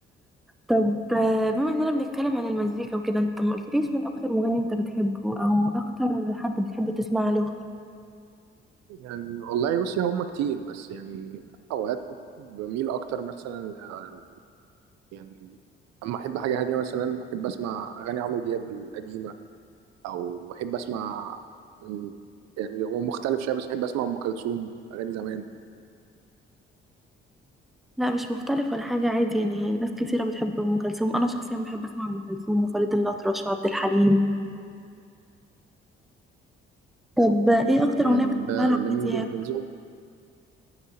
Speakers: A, in the centre; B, on the right.
A: طب آه، بما اننا بنتكلم عن المزيكا وكده انت ما قلتليش مين اكتر مغني انت بتحبه او اكتر حد بتحب تسمع له
B: يعني والله بصي هما كتير بس يعني اوقات بميل اكتر مثلا آه، يعني اما احب حاجه هاديه مثلا بحب اسمع اغاني عمرو دياب القديمه او بحب اسمع م، يعني هو مختلف شويه بس بحب اسمع ام كلثوم اغاني زمان
A: لا مش مختلف ولا حاجة عادي يعني ناس كتيرة بتحب أم كلثوم أنا شخصيا بحب أسمع أم كلثوم وفريد الأطرش وعبد الحليم طب إيه أكتر
B: يعني
A: أغنية بتحبها
B: ده
A: لعمرو
B: جميل
A: دياب؟
B: جدا